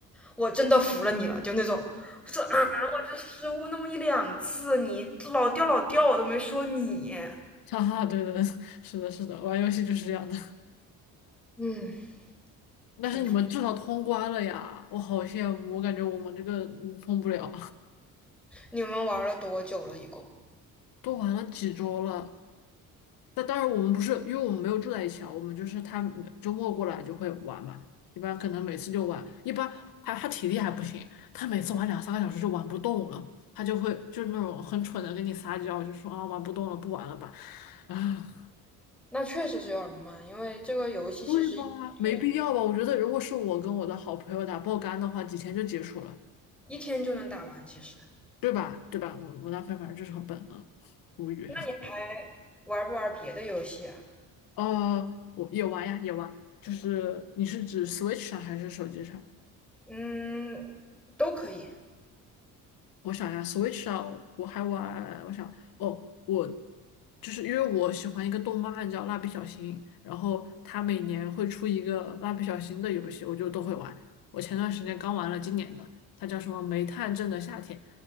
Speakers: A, in the centre; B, on the left (about 75°).
A: “我真的服了你了。”就那种，我说啊，我就失误那么一两次，你老掉老掉，我都没说你。
B: 哈哈，对对对，<laughs> 是的，是的，玩游戏就是这样的。
A: 嗯，<laughs> 平复。
B: 但是你们至少通关了呀，我好羡慕，我感觉我们这个嗯通不了，
A: 你们玩了多久了？一共？
B: <laughs> 都玩了几周了。但当然我们不是，因为我们没有住在一起啊，我们就是他每周末过来就会玩嘛，一般可能每次就玩，一般还他体力还不行，他每次玩两三个小时就玩不动了，他就会就是那种很蠢的跟你撒娇，就说啊玩不动了，不玩了吧，啊。
A: 那确实是有点慢，因为这个游戏其实一天就能
B: 对吧？没必要吧？我觉得如果是我跟我的好朋友打爆肝的话，几天就结束了。
A: 一天就能打完，其实。
B: 对吧？对吧？我我男朋友反正就是很笨，嗯，无语。
A: 那你玩不玩别的游戏啊？
B: <laughs> 呃，我也玩呀，也玩，就是你是指 Switch 上还是手机上？
A: 嗯，都可以。
B: 我想一下，Switch 上我还玩，我想哦，我就是因为我喜欢一个动漫叫《蜡笔小新》，然后它每年会出一个蜡笔小新的游戏，我就都会玩。我前段时间刚玩了今年的，它叫什么《煤炭镇的夏天》，